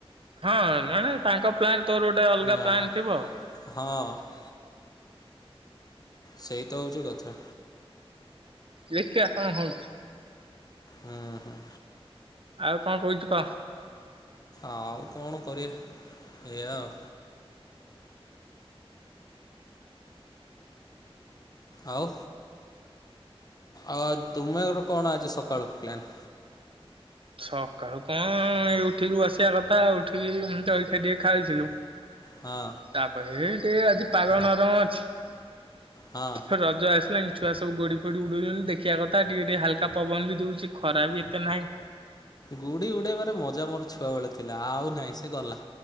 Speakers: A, on the right; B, on the left.
A: ହଁ ମାନେ ତାଙ୍କ ପ୍ଲାନ୍ ତୋର ଗୋଟେ ଅଲଗା
B: ହଁ
A: ପ୍ଲାନ୍
B: ହଁ
A: ଥିବ।
B: ହଁ। ସେଇ ତ ହଉଛି କଥା।
A: ଦେଖିଆ କ ହଉଛି।
B: ହୁଁ ହୁଁ।
A: ଆଉ କଣ କହୁଛୁ କ?
B: ଆଉ କଣ କରିଆ ଏୟା ଆଉ। ଆଉ ଆଉ ତୁମେର କଣ ଆଜି ସକାଳୁ ପ୍ଲାନ୍।
A: ସକାଳୁ କଣ ଏ ଉଠିକି ବସିବା କଥା ଉଠିକି ଏମିତି ଜଳିଖାଆ ଟିକେ ଖାଇଥିଲୁ।
B: ହଁ।
A: ତାପରେ ହେ ଟିକେ ଆଜି ପାଗ ନରମ ଅଛି
B: ହଁ
A: ରଜ ଆସିଲାଣି। ଛୁଆ ସବୁ ଗୁଡ଼ିଫୁଡ଼ି ଉଡ଼ଉଛନ୍ତି ଦେଖିବା କଥା ଟିକେ ଟିକେ ହାଲକା ପବନ ବି ଦେଉଚି ଖରା ବି ଏତେ ନାହିଁ।
B: ଗୁଡ଼ି ଉଡ଼େଇବାରେ ମଜା ମୋର ଛୁଆବେଳେ ଥିଲା ଆଉ ନାହିଁ ସେ ଗଲା।